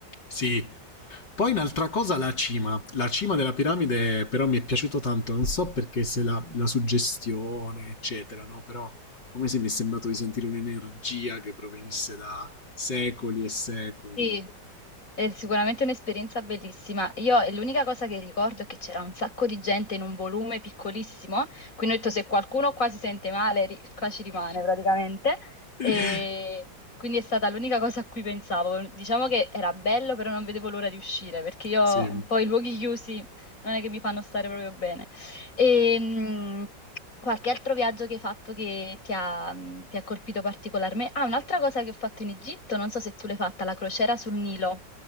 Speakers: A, on the left; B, on the left.
A: sì. Poi un'altra cosa, la cima. La cima della piramide però mi è piaciuto tanto, non so perché se la, la suggestione, eccetera, no? Però come se mi è sembrato di sentire un'energia che provenisse da secoli e secoli.
B: Sì, è sicuramente un'esperienza bellissima. Io e l'unica cosa che ricordo è che c'era un sacco di gente in un volume piccolissimo, quindi ho detto se qualcuno qua si sente male, ri- qua ci rimane praticamente.
A: <laughs>
B: E quindi è stata l'unica cosa a cui pensavo. Diciamo che era bello, però non vedevo l'ora di uscire, perché io
A: sì,
B: un po' i luoghi chiusi non è che mi fanno stare proprio bene. E, mm, qualche altro viaggio che hai fatto che ti ha, mm, ti ha colpito particolarmente? Ah, un'altra cosa che ho fatto in Egitto, non so se tu l'hai fatta, la crociera sul Nilo.